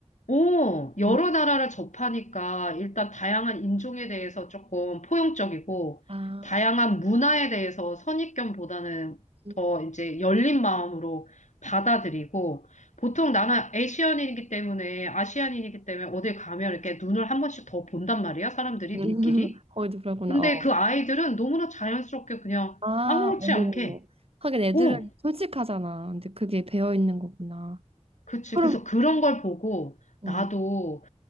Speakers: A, on the left; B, on the right.
A: 오, 여러
B: 음,
A: 나라를 접하니까 일단 다양한 인종에 대해서 조금 포용적이고,
B: 아,
A: 다양한 문화에 대해서 선입견보다는
B: 음.
A: 더 이제 열린 마음으로 받아들이고, 보통 나는 아시안인이기 때문에, 아시안인이기 때문에 어딜 가면 이렇게 눈을 한 번씩 더 본단 말이야, 사람들이,
B: <laughs>
A: 눈길이.
B: 거기도 그러구나.
A: 근데
B: 어.
A: 그 아이들은 너무나 자연스럽게 그냥
B: 아,
A: 아무렇지
B: 어머머머.
A: 않게,
B: 하긴 애들은
A: 오,
B: 솔직하잖아. 근데 그게 배어 있는 거구나.
A: 그치.
B: 그럼,
A: 그래서 그런 걸 보고,
B: 어,
A: 나도